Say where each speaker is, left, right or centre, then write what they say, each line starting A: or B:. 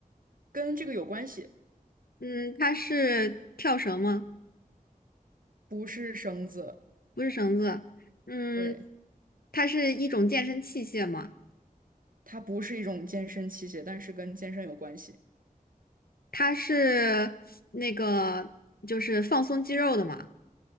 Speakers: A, on the right; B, on the left.
A: 跟这个有关系，
B: 嗯，它是跳绳吗？
A: 不是绳子，
B: 不是绳子，嗯，
A: 对，
B: 它是一种健身器械嘛，
A: 它不是一种健身器械，但是跟健身有关系，
B: 它是那个就是放松肌肉的嘛，